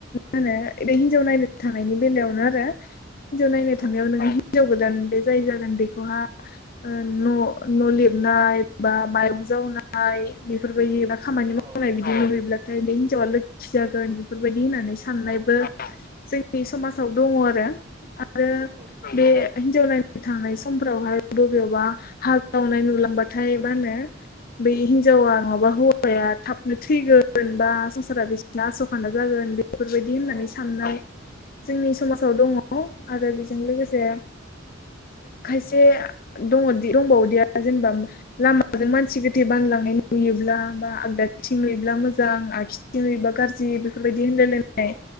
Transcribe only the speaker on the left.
होनो रै हिनजाव नायनो थांनि बेलायावनो आरो हिनजाव नायनो थांनायाव
ननो हिनजाव गोदान बे जाय जागोन बेखौहा ओ न' न' लिरनाय बा मायरं जा जावनाय बेफोरबायदि बा खामानि मावनाय
बिदि नुुबैब्लाथाय बे हिनजावा लोखि जागोन बेफोरबायदि दि होननानै साननायबो
जोंनि समाजाव दङ आरो आरो
बे हिनजाव नायनो थांनाय समफोरावहाय बबेयावबा हाजावनाय नुलांबाथाय मा होनो बै हिनजावा नङाबा हौवाया थाबनो थैगोन बा संसारा बिसिना आस खान्दा जागोन बेफोरबायदि होननानै
साननाय जोंनि समाजाव दंङो आरो बेजों लोगोसे खायसे <unintelligible> दंबावोदिया जेनेबा लामाजों मानसि गोथे बानलांनाय नुयोब्ला बा आगदा थिं नुयो मोजां आखिथिं नुयोब्ला जि बेफोरबायदि होनलायायनाय